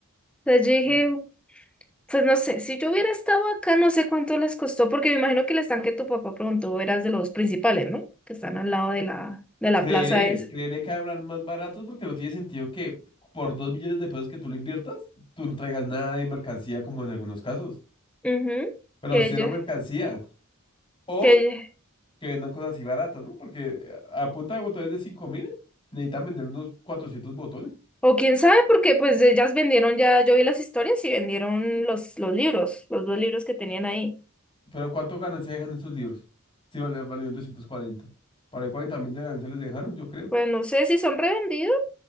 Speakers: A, in the centre; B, on the left.
A: sea, yo dije.
B: Mm.
A: Pues no sé, si yo hubiera estado acá, no sé cuánto les costó, porque me imagino que el estanque tu papá preguntó eras de los principales, ¿no? Que están al lado de la, de la
B: Creeré,
A: plaza esa.
B: creeré que habrán más baratos porque no tiene sentido que por dos millones de pesos que tú le inviertas, tú no traigas nada de mercancía como en algunos casos.
A: Ujú,
B: Pero
A: Que
B: cero
A: ella,
B: mercancía. O
A: que ella-
B: que vendan cosas así baratas, ¿no? Porque a punta de botones de cinco mil, necesitan vender unos 400 botones.
A: O quién sabe, porque pues ellas vendieron ya, yo vi las historias y vendieron los, los libros, los dos libros que tenían ahí.
B: Pero ¿cuánto ganancia dejan esos libros? Sí, vale, valieron 240. Para el 40 mil de ganancia les dejaron, yo creo.
A: Pues no sé si son revendidos.